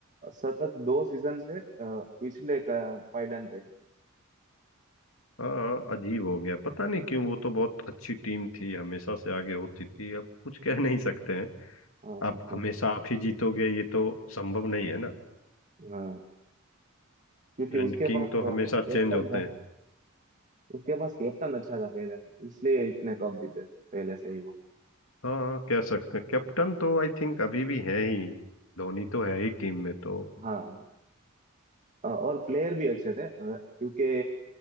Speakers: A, on the right; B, on the left.
A: सतत दो सीजन से अ, पिछले का पायदान पे है
B: हाँ अजीब हो गया पता नहीं क्यों वो तो बहुत अच्छी टीम थी हमेशा से आगे होती थी अब कुछ कह नहीं सकते हैं
A: हाँ
B: आप
A: हाँ हाँ
B: हमेशा आप ही जीतोगे ये तो संभव नहीं है ना
A: हाँ। क्योंकि
B: एंड
A: उसके
B: किंग
A: पास
B: तो
A: कैप्टन
B: हमेशा चेंज होते
A: था
B: हैं
A: उसके पास कैप्टन अच्छा था पहले से इसलिए इतने कप जीते पहले से ही वो
B: हाँ कह सकते हैं कैप्टन तो आई थिंक अभी भी है ही धोनी तो है ही टीम में तो
A: हाँ अ, और प्लेयर भी अच्छे थे अ, क्योंकि